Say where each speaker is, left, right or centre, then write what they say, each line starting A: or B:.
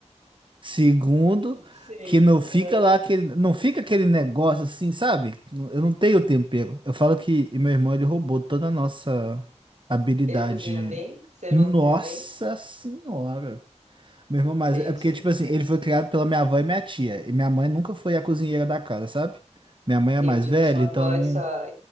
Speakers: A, on the right; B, on the right.
A: Segundo,
B: Sim.
A: que não fica
B: é.
A: lá aquele, não fica aquele negócio assim, sabe? Eu não tenho tempero. Eu falo que meu irmão ele roubou toda a nossa habilidade.
B: Ele cozinha bem? Seu
A: Nossa
B: irmão cozinha bem?
A: senhora. Meu irmão, mas
B: Entendi.
A: é porque tipo assim, ele foi criado pela minha avó e minha tia, e minha mãe nunca foi a cozinheira da casa, sabe? Minha mãe
B: Entendi.
A: é a mais velha,
B: Mas sua
A: então
B: avó e sua,